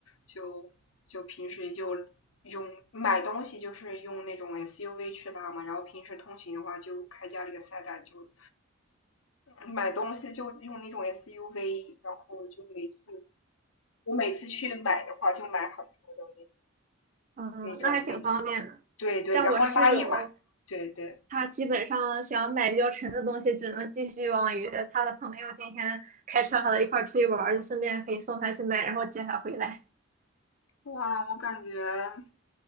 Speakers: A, on the left; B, on the right.
A: 就就平时就用买东西就是用那种 SUV 去拉嘛，然后平时通勤的话就开家里的塞带就买东西就用那种 SUV，然后就每次我每次去买的话就买很多的那种
B: 嗯，
A: 那种那种，
B: 那还挺方便的。
A: 对对，
B: 像我室友，
A: 然后拉一买，对对，
B: 他基本上想买比较沉的东西，只能寄希望于他的朋友今天开车和他一块儿出去玩儿，就顺便可以送他去买，然后接他回来。
A: 哇，我感觉。